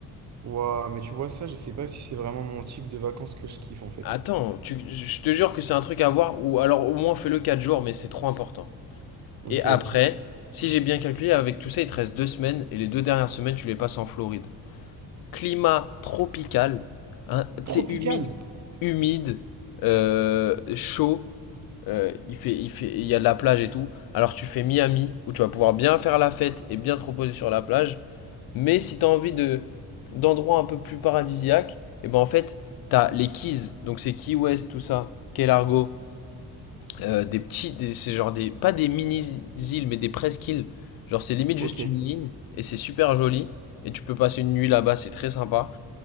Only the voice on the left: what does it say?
Attends, tu... je te jure que c'est un truc à voir, ou alors au moins fais-le 4 jours, mais c'est trop important.
Et après, si j'ai bien calculé, avec tout ça, il te reste 2 semaines, et les deux dernières semaines, tu les passes en Floride. Climat tropical, hein, tu
sais, humide, humide, euh, chaud, euh, il fait, il fait, il y a de la plage et tout. Alors tu fais Miami, où tu vas pouvoir bien faire la fête et bien te reposer sur la plage, Mais si t'as envie de d'endroits un peu plus paradisiaques, et ben en fait, t'as les Keys, donc c'est Key West, tout ça, Key Largo, euh, des petits, des- c'est genre des, pas des mini-îles, mais des presqu'îles. Genre c'est limite
juste une ligne, et c'est super joli, et tu peux passer une nuit là-bas, c'est très sympa.